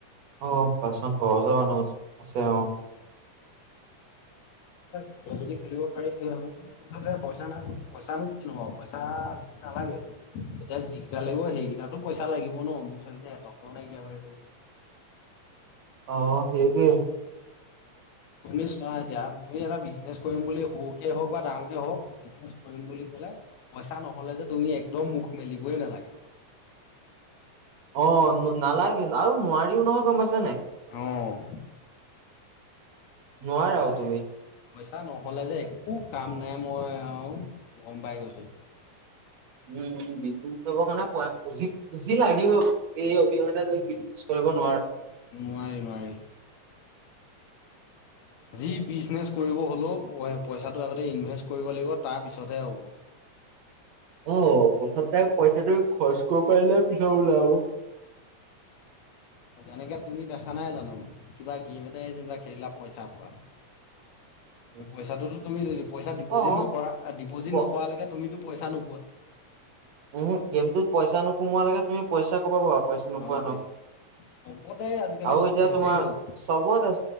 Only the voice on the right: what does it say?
অ'বাচন ঘৰৰ ওচৰৰ মানুহ আছে অ'।
অ' সেইতোয়ে।
অ' নালাগে আৰু নোৱাৰিও নহয় গ'ম পাইছা নাই।
নোৱাৰাও
তুমি।
উম, উম। পুজি পুজি লাগিব এই অবিহনে যদি ব্ৰিজনেছ কৰিব নোৱাৰা।
অ' প্ৰথমতে পইচাটো খৰচ কৰিব পাৰিলে পিছত ওলাব। <inaudible>
<inaudible>
অ
প
উম, গেমটোত পইচা নোসুমোৱা লাগে তুমি পইচা ক'ৰপৰা পাবা পইচা নোপোৱা
ন।
আৰু
এতিয়া তোমাৰ
চবতে,